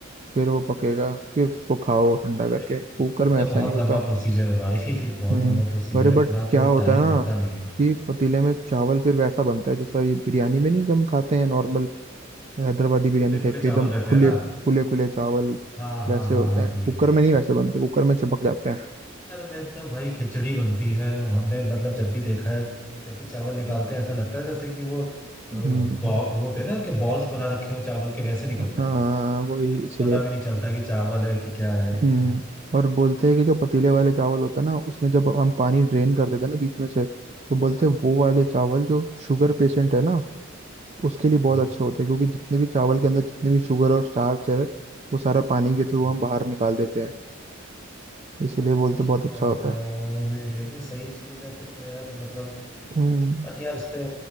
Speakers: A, on the right; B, in the centre.
A: फिर वो पकेगा फिर उसको खाओ ठंडा
B: अरे
A: करके कुकर
B: ये
A: में
B: तो
A: ऐसा
B: बहुत
A: नहीं होता
B: लंबा प्रोसीजर है भाई <laughs> बहुत
A: हम्म
B: लंबा प्रोसीजर
A: अरे
B: है
A: बट
B: इतना
A: क्या
B: तो
A: होता
B: टाइम
A: है ना
B: मिलता नहीं है
A: कि पतीले में चावल फिर वैसा बनता है जैसा ये बिरयानी में नहीं जब हम खाते हैं नॉर्मल हैदराबादी बिरयानी
B: खुले
A: टाइप
B: खुले
A: के
B: चावल
A: एकदम
B: रहते
A: खुले
B: हैं ना
A: खुले खुले चावल
B: हाँ हाँ
A: वैसे
B: हाँ
A: होते
B: हाँ
A: हैं
B: वही
A: कुकर
B: वही
A: में
B: वही
A: नहीं वैसे बनते कुकर में चिपक जाते हैं
B: कुकर में तो भाई खिचड़ी बनती है हमने मतलब जब भी देखा है जब भी चावल निकालते हैं ऐसा लगता है जैसे कि वो अ, बॉ
A: हम्म
B: वो होते हैं ना कि बॉल्स बना रखे हो चावल के वैसे निकल रहे
A: हाँ
B: हैं
A: वही
B: अब
A: इसलिए
B: पता भी नहीं चलता है कि चावल है कि क्या है
A: हम्म
B: पता नहीं
A: और बोलते हैं कि जो पतीले वाले चावल होते हैं ना उसमें जब हम पानी ड्रेन कर देते हैं ना बीच में से तो बोलते हैं वो वाले चावल जो शुगर पेशेंट है ना उसके लिए बहुत
B: हाँ
A: अच्छे होते हैं क्योंकि जितने भी चावल के अंदर जितने भी शुगर और स्टार्च है वो सारा पानी के थ्रू
B: हाँ।
A: हम बाहर निकाल देते हैं इसीलिए
B: अच्छा
A: बोलते हैं बहुत अच्छा होता
B: तो
A: है
B: ये भी सही चीज है फिर तो यार मतलब
A: हम्म
B: बट यार इस पे